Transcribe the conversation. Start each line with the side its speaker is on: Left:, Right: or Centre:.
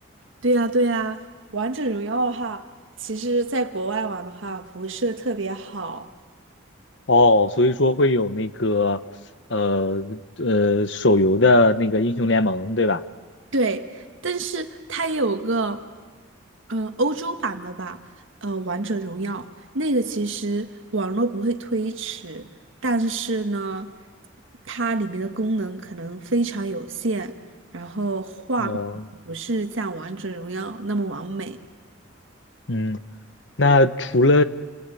Right: 对呀，对呀，王者荣耀的话，其实在国外玩的话不是特别好。
Left: 哦，所以说会有那个呃呃手游的那个英雄联盟，对吧？
Right: 对，但是它也有个，嗯、欧洲版的吧，呃，《王者荣耀》那个其实网络不会推迟，但是呢，它里面的功能可能非常有限，然后画面不是像《王者荣耀》那么完美。
Left: 哦，嗯，那除